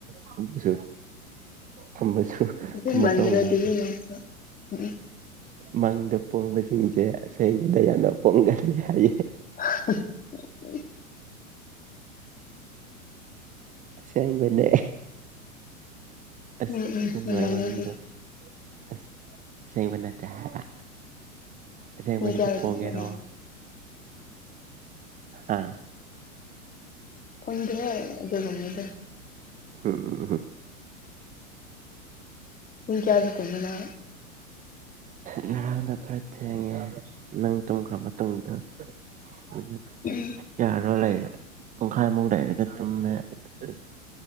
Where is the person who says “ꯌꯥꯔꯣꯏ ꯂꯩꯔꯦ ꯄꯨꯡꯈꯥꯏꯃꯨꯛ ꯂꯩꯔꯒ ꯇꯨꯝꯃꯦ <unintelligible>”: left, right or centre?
Right